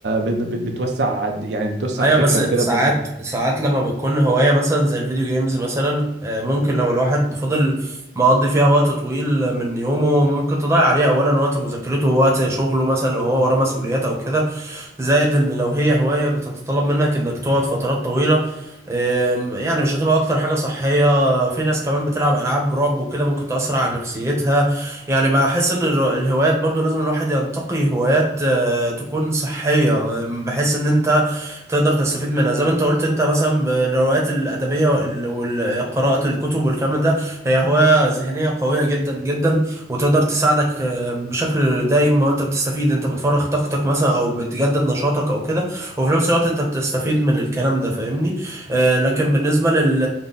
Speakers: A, on the right; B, on the right.
A: ب- ب- بتوسع يعني بتوسع
B: ايوه
A: فكرك
B: بس ساعات
A: كده بتوسع
B: ساعات لما بتكون هوايه مثلا زي الفيديو جيمز مثلا آه، ممكن لو الواحد فضل مقضي فيها وقت طويل من يومه ممكن تضيع عليه اولا وقت مذاكرته ووقت شغله مثلا لو هو وراه مسؤوليات او كده زائد ان لو هي هواية بتتطلب منك انك تقعد فترات طويلة أم، يعني مش هتبقى اكتر حاجة صحية في ناس كمان بتلعب العاب رعب وكده ممكن تأثر على نفسيتها يعني بحس ان الر- الهوايات برضو لازم الواحد ينتقي هوايات آه، تكون صحية أم، بحيث ان انت تقدر تستفيد منها زي ما انت قلت انت مثلا بالروايات الأدبية وال- وال- قراءة الكتب والكلام ده هي هواية ذهنية قوية جدا جدا وتقدر تساعدك بشكل دايم ما هو انت بتستفيد انت بتفرغ طاقتك مثلا او بتجدد نشاطك او كده وفي نفس الوقت انت بتستفيد من الكلام ده فاهمني آه لكن بالنسبة لل...